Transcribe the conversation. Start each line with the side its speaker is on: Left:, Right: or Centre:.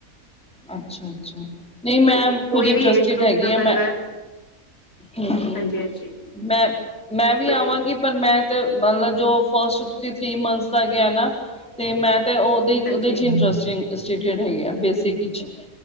Centre: ਅੱਛਾ -ਅੱਛਾ, ਨਹੀਂ ਮੈਂ
Left: ਕੋਈ
Centre: ਖੁਦ ਇੰਟਰਸਟਡ
Left: ਵੀ ਏਜ ਗਰੁੱਪ
Centre: ਹੈਗੀ
Left: ਦਾ
Centre: ਹਾਂ
Left: ਬੰਦਾ
Centre: ਮੈਂ। ਹੂੰ-ਹੂੰ
Left: ਹਾਂਜੀ ਹਾਂਜੀ
Centre: ਮੈਂ, ਮੈਂ ਵੀ
Left: ਬਿਲਕੁਲ
Centre: ਆਵਾਂਗੀ ਪਰ ਮੈਂ ਤੇ ਮਤਲਬ ਜੋ ਫਸਟ ਤੁਸੀ ਥ੍ਰਰੀ ਮਨਥਸ ਦਾ ਕਿਹਾ ਨਾ ਤੇ ਮੈਂ ਤੇ ਉਹ ਉਹਦੇ
Left: ਹਾਂਜੀ
Centre: ਚ ਇੰਟਰਸਟਿੰਗ ਇੰਟਰਸਟਡ ਹੈਗੀ ਆ, ਬੇਸਿਕ ਚ